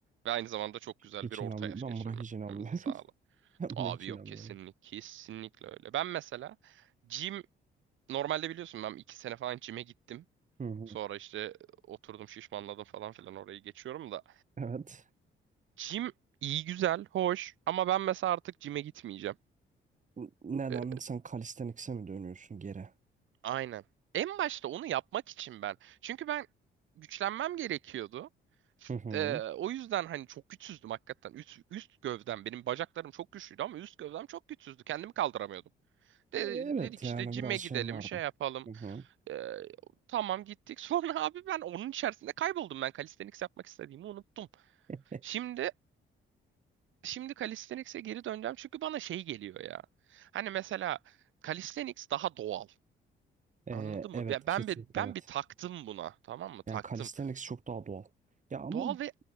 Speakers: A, on the right (about 75°); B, on the right (about 40°).
A: Ve aynı zamanda çok güzel
B: Hiç
A: bir orta
B: inanmıyorum.
A: yaş
B: Ben
A: geçirmemizi
B: buna hiç inanmıyorum.
A: sağlar.
B: <laughs> Ben
A: Abi
B: buna hiç
A: yok
B: inanmıyorum.
A: kesinlikle kesinlikle öyle. Ben mesela gym normalde biliyorsun ben iki sene falan gym'e gittim.
B: Hı hı.
A: Sonra işte oturdum şişmanladım falan filan orayı geçiyorum da.
B: Evet.
A: Gym iyi güzel hoş ama ben mesela artık gym'e gitmeyeceğim.
B: N- Neden
A: E,
B: sen kalistenikse mi dönüyorsun geri?
A: aynen. En başta onu yapmak için ben. Çünkü ben güçlenmem gerekiyordu.
B: Hı hı.
A: E, o yüzden hani çok güçsüzdüm hakikaten. Üst, üst gövdem benim bacaklarım çok güçlüydü ama üst gövdem çok güçsüzdü. Kendimi kaldıramıyordum. De-
B: Evet
A: dedik
B: yani
A: işte cime
B: biraz
A: gidelim,
B: şeyim vardı.
A: şey yapalım.
B: Hı hı.
A: Ee, tamam gittik. <laughs> Sonra abi ben onun içerisinde kayboldum. Ben calisthenics yapmak istediğimi unuttum.
B: <laughs>
A: Şimdi şimdi calisthenics'e geri döneceğim çünkü bana şey geliyor ya. Hani mesela calisthenics daha doğal.
B: Ee,
A: Anladın mı?
B: evet
A: Ben
B: kesinlikle
A: ben bir, ben
B: evet.
A: bir taktım buna. Tamam mı? Taktım.
B: Yani kalisteniks çok daha doğal. Ya ama
A: Doğal ve